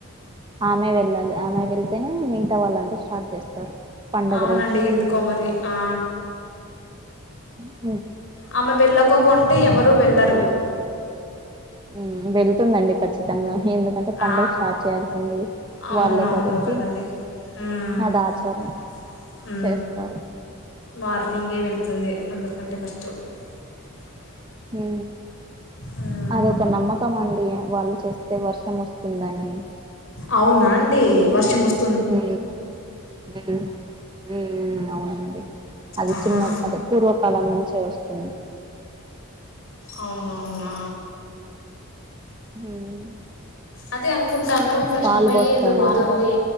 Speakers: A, on the right; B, on the left.
A: ఆమె వెళ్ళాలి. ఆమె వెళ్తేనే మిగతావాలంత స్టార్ట్ చేస్తారు. పండగ
B: అవునండి
A: రోజు
B: ఎందుకో మరి ఆ
A: హు
B: ఆమె వెళ్ళకో కొంటే ఎవరూ వెళ్ళరు.
A: హు వెళ్తుందండి ఖచ్చితంగా ఎందుకంటే పండుగ
B: ఆ
A: స్టార్ట్ చేయాల్సింది
B: అవున
A: వాళ్ళే
B: అవును
A: కాబట్టి
B: కదండీ హుహు
A: అది ఆచారం చేస్తారు
B: మార్నింగే వెళ్తుంది. అందరికంటే ఫస్ట్ త్త <unintelligible>
A: హు
B: ఉమ్.
A: అది ఒక నమ్మకం మండి వాళ్ళు చేస్తే వర్షం వస్తుందని
B: అవునా అండి వర్షం వస్తు
A: హు హు హు అవునండి అది
B: ఆహా
A: చిన్న అది పూర్వకాలం నుంచే వస్తుంది.
B: అవునవునా
A: ఉమ్
B: అదే అనుకుంటాను ఫస్ట్
A: పాలు
B: అమ్మయ్యే
A: పోస్తామండి
B: ఎందుకు పోతుంది